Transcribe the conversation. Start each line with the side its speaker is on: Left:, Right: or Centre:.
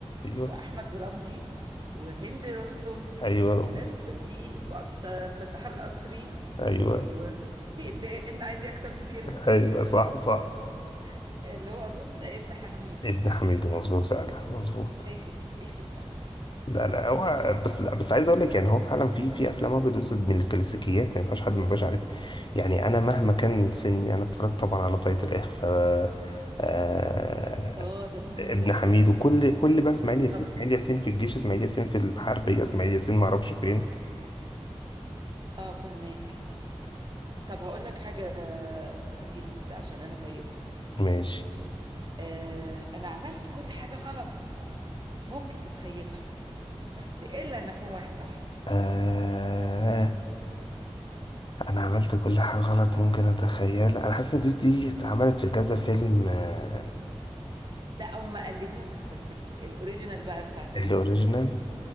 Left: أيوه
Right: واحمد رمزي وهند رستم
Left: أيوه
Right: وزينات صدقي وعبد الس- فتاح القصري
Left: أيوه
Right: و- وفي الدقن عايز ايه اكتر من كده
Left: ايوه صح صح
Right: <laughs> اللي هو اظن ابن حميدو
Left: ابن حميدو مظبوط فعلا مظبوط
Right: ايه خدمه ايه خدمه
Left: لا لا هو بس لا بس عايز اقول لك يعني هو فعلا في في افلام ابيض واسود من الكلاسيكيات ما ينفعش حد ما يبقاش عارف يعني انا مهما كان سني انا اتفرجت طبعا على طاقية الاخفاء آه
Right: اه ده جميل
Left: ابن
Right: ده كمان
Left: حميد وكل كل بقى اسماعيل ياسين
Right: طب
Left: اسماعيل ياسين في الجيش اسماعيل ياسين في الحربيه اسماعيل ياسين ما اعرفش فين
Right: اه فهماك طب هقول لك حاجه جديده عشان انا طيبها
Left: ماشي
Right: آه انا عملت كل حاجه غلط ممكن تتخيلها بس الا ان اخون واحد صاحبي
Left: آه انا عملت كل حاجه غلط ممكن اتخيل انا حاسس ان دي دي اتعملت في كذا فيلم آه،
Right: لا هم قلدوه بس ال- الاوريجينال بقى بتاعت
Left: الاوريجينال
Right: مين